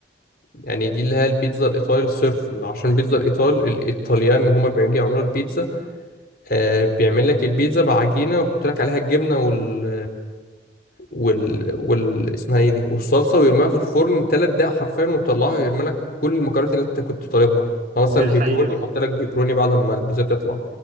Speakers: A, on the left (about 55°); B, on the right (about 50°).
A: يعني دي اللي هي البيتزا الايطالي الصرف عشان بيتزا الايطال الايطاليان هما بيجي يعملوا البيتزا آه بيعمل لك البيتزا بعجينه ويحط لك عليها الجبنه وال وال وال اسمها ايه دي والصلصه ويرميها في الفرن ثلاث دقايق حرفيا ويطلعها ويرمي لك كل المكونات اللي انت كنت طالبها هو مثلا
B: دي الحقيقه
A: بيبروني يحط
B: اه
A: لك بيبروني بعد ما البيتزا تطلع